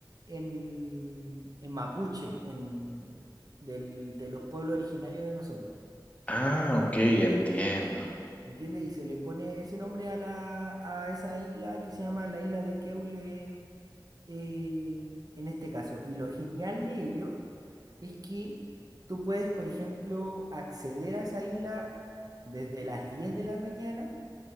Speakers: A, on the right; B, on the left.
A: en, en mapuche, en, del, de los pueblos originarios de nosotros.
B: ah, ok, entiendo.
A: ¿Me entiendes? Y se le pone ese nombre a, la, a esa isla que se llama la isla de Keule eh, en este caso. Y lo genial de ello es que tú puedes, por ejemplo, acceder a esa isla desde las 10 de la mañana